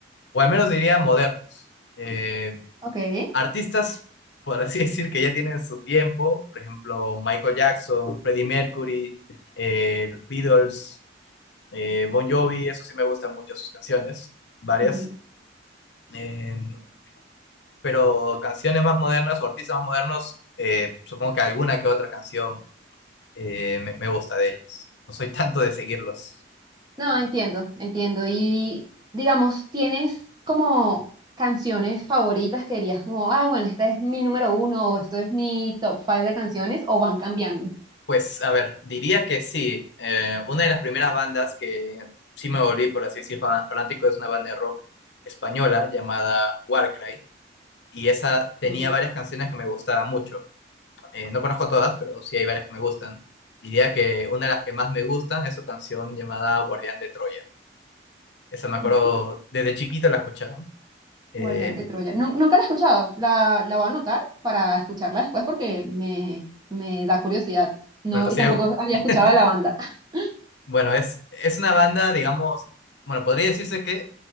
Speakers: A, on the left; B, on the right.
A: o al menos diría modernos. Eh,
B: Ok.
A: artistas, por así <laughs> decir, que ya tienen su tiempo, por ejemplo, Michael Jackson, Freddie Mercury, eh, Beatles, eh, Bon Jovi, eso sí me gustan mucho sus canciones, varias.
B: ujú.
A: Eh, pero canciones más modernas o artistas más modernos, eh, supongo que alguna que otra canción eh, me, me gusta de ellos. No soy tanto de seguirlos.
B: No, entiendo, entiendo. Y digamos, ¿tienes como canciones favoritas que dirías como, ay, bueno, esta es mi número uno o esto es mi top five de canciones o van cambiando?
A: Pues a ver, diría que sí. eh, una de las primeras bandas que sí me volví, por así decir, fan- fanático es una banda de rock española llamada Warcry. Y esa tenía
B: Ok.
A: varias canciones que me gustaban mucho. Eh, no conozco todas, pero sí hay varias que me gustan. Diría que una de las que más me gustan es su canción llamada Guardián de Troya. Esa me acuerdo,
B: Ujú.
A: desde chiquito la escuchaba. Eh,
B: Guardián de Troya. Nun- nunca la he escuchado. La, la voy a anotar para escucharla después porque me, me da curiosidad. No,
A: bueno, o sea,
B: y tampoco había escuchado
A: <laughs>
B: de la banda. <laughs>
A: bueno, es, es una banda, digamos, bueno, podría decirse que